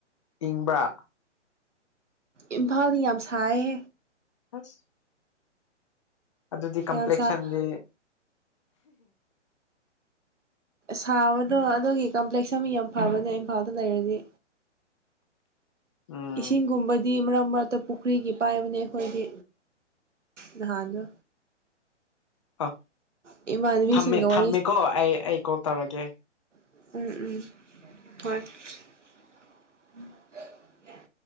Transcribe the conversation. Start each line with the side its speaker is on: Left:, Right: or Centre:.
Left: ꯏꯪꯕ꯭ꯔꯥ
Right: ꯏꯐꯥ ꯌꯥꯝꯁꯥꯑꯦ
Left: ꯑꯁ ꯑꯗꯨꯗꯤ
Right: ꯌꯥꯝ
Left: ꯀꯝꯄ꯭ꯂꯦꯛꯁꯟꯗꯤ
Right: ꯁꯥ ꯁꯥꯕꯗꯣ ꯑꯗꯨꯒꯤ ꯀꯝꯄ꯭ꯂꯦꯛꯁ ꯑꯃ ꯌꯥꯝ ꯐꯕꯅꯦ ꯏꯝꯐꯥꯜꯗ ꯂꯩꯔꯗꯤ
Left: ꯎꯝ
Right: ꯏꯁꯤꯡꯒꯨꯝꯕꯗꯤ ꯃ ꯃꯔꯛꯇ ꯄꯨꯈ꯭ꯔꯤꯒꯤ ꯄꯥꯏꯕꯅꯦ ꯑꯩꯈꯣꯏꯗꯤ ꯅꯍꯥꯟꯗꯣ
Left: ꯑ
Right: ꯏꯃꯥꯟꯅꯕꯤꯁꯤꯡꯒ
Left: ꯊꯝꯃꯦ ꯊꯝꯃꯦꯀꯣ
Right: ꯋꯥꯔꯤ
Left: ꯑꯩ ꯑꯩ ꯀꯣꯜ ꯇꯧꯔꯒꯦ
Right: ꯎꯝ ꯎꯝ ꯍꯣꯏ